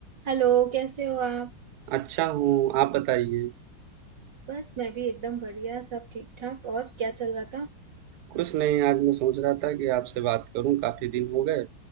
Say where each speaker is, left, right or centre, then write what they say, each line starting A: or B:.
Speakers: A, on the right; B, on the right.
A: Hello कैसे हो आप
B: अच्छा हूँ, आप बताइए?
A: बस मैं भी एकदम बढ़िया सब ठीक ठाक और क्या चल रहा था
B: कुछ नहीं, आज मैं सोच रहा था कि आपसे बात करूँ, काफ़ी दिन हो गए